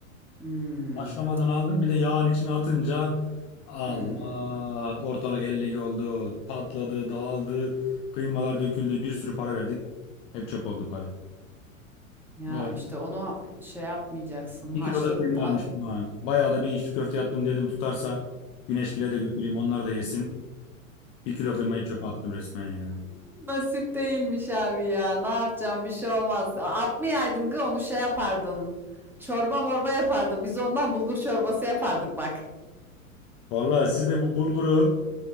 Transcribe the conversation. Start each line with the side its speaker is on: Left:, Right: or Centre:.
Centre: Hımm.
Left: Haşlamadan aldım. Bir de yağın içine atınca Allah
Centre: Hımm.
Left: ortalık ellik oldu. Patladı, dağıldı. Kıymalar döküldü. Bir sürü para verdik. Hep çöp oldu para.
Centre: Ya,
Left: Vallahi
Centre: işte,
Left: bir
Centre: onu şey yapmayacaksın,
Left: bir
Centre: haşladıktan
Left: kilo da kıyma almıştım ha. Bayağı da bir içli köfte yaptım dedim tutarsa Güneşgil'e de götüreyim onlar da yesin. Bir kilo kıymayı çöpe attım resmen ya.
Centre: <laughs> Nasip değilmiş abi ya. Ne yapacağım? Bir şey olmaz. atmayaydın gı onu şey yapardın. Çorba morba yapardın. Biz ondan bulgur çorbası yapardık bak.
Left: Vallahi siz de bu bulguru